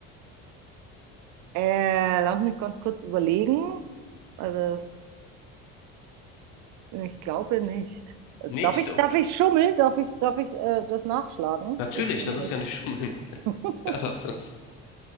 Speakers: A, on the right; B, on the left.
A: Äh, lass mich ganz kurz überlegen. Also, das- ich glaube nicht. Äh,
B: Nicht?
A: Darf ich,
B: Okay.
A: darf ich schummeln? Darf ich, darf ich äh, das nachschlagen?
B: Natürlich,
A: Ich bin
B: das
A: mir
B: ist ja nicht Schummeln. <laughs>
A: nicht. <laughs>
B: Ja, das ist.